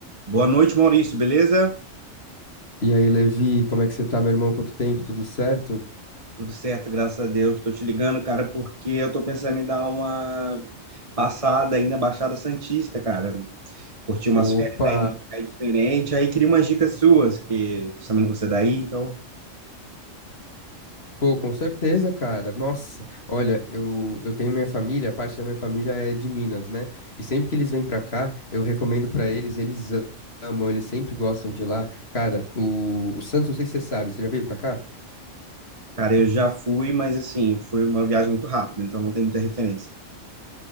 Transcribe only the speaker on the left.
E aí, Levi, como é que você tá, meu irmão? Quanto tempo? Tudo certo?
Opa!
Pô, com certeza, cara. Nossa, olha, eu, eu tenho minha família, parte da minha família é de Minas, né? E sempre que eles vêm pra cá, eu recomendo pra eles, eles amam, eles sempre gostam de lá. Cara, o, o Santos, não sei se você sabe, você já veio pra cá?